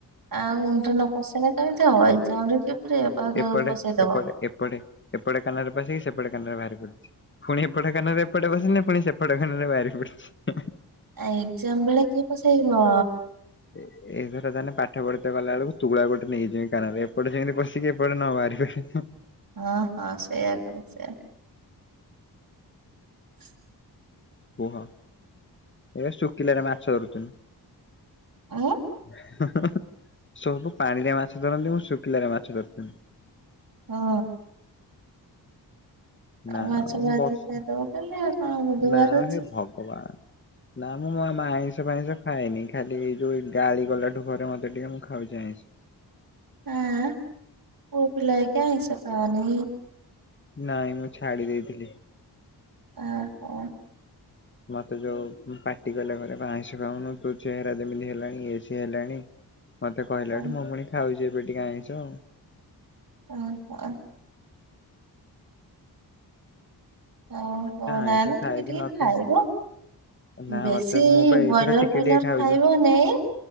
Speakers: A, on the right; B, on the left.
A: ଆଉ ମୁଣ୍ଡରେ ନ ପସେଇଲେ କେମିତି ହବ ଏକ୍ଜାମ୍ ରେ କିଏ ପୁରେଇବ ପଶ
B: ଏପଟେ
A: ପସେଇଦବ।
B: ଏପଟେ ଏପଟେ ଏପଟେ କାନରେ ପଶିକି ସେପଟେ କାନରେ ବାହାରି ପଡିଛି, ପୁଣି ଏପଟେ କାନରେ ଏପଟେ ପଶିନେ ପୁଣି ସେ ପଟେ କାନରେ ବାହାରି ପଡୁଛି।
A: ଆ ଏକ୍ଜାମ୍ ବେଳେ କିଏ ପସେଇବ?
B: ଏ ଏଇ ଏଇଥର ତାହେନେ ପାଠ ପଢିତେ ଗଲା ବେଳକୁ ତୁଳା ଗୋଟେ ନେଇକିଯିମି କାନରେ ଏପଟ ସେମିତି ପସ କି ଏପଟେ ନ ବାହାରିପରିବ।
A: ଅ, ହଁ ସେଇଆା କର ସେଇଆା <inaudible>
B: କୁହ ଏ ଶୁଖିଲାରେ ମାଛ ଧରୁଥୁନି।
A: ଉଁ।
B: <inaudible> ସବୁ ପାଣିରେ ମାଛ ଧରନ୍ତି ମୁଁ ଶୁଖିଲାରେ ମାଛ ଧରୁଥୁନି।
A: ହଁ।
B: ନା
A: ମାଛ ଭାଜି
B: ବର୍ଷ
A: ଖାଇଦବ କାଲି ଆଉ କଣ ବୁଧବାର
B: ନା
A: ଅଛି।
B: ହେ ଭଗବାନ ନା ମୁଁ ମ ମା ଆଇଁଷ ଫାଇଁଷ ଖାଏନି, ଖାଲି ଏଇ ଯୋଉ ଏ ଗାଳି ଗଲାଠୁ ଘରେ ମୋତେ ଟିକେ ମୁଁ ଖାଉଚି ଆଇଁଷ।
A: ଆଁ, ପୁଅ ପିଲା ହେଇକି ଆଇଁଷ ଖାଅନି।
B: ନାଇଁ ମୁଁ ଛାଡି ଦେଇଥିଲି।
A: ଆ, କ
B: ମୋତେ ଯୋଉ ଉଁ, ପାଟି କଲେ ଘରେ ବା ଆଇଁଷ ଖାଉନୁ ତୋ ଚେହେରା ଯେମିତି ହେଲାଣି ଇଏ ସିଏ ହେଲାଣି। ମୋତେ କହିଲାଠୁ
A: ଓ
B: ମୁଁ ପୁଣି ଖାଉଚି ଏବେ ଟିକେ ଆଇଁଷ।
A: ଓହୋ, ଓ ହୋ, ନା,
B: ଆଇଁଷ
A: ନା ଟିକେ
B: ଖାଏ
A: ଟିକେ
B: କି ନ ଖାଏ
A: ଖାଇବ।
B: ନା
A: ବେଶୀ
B: ମତେ
A: ଏଇ
B: ମୁଁ ପା ଏଇଥର
A: ବଏଲର୍
B: ଟିକେ
A: ଫଏଲର
B: ଟିକେ ଖାଉଛି
A: ଖାଇବ ନାଇଁ।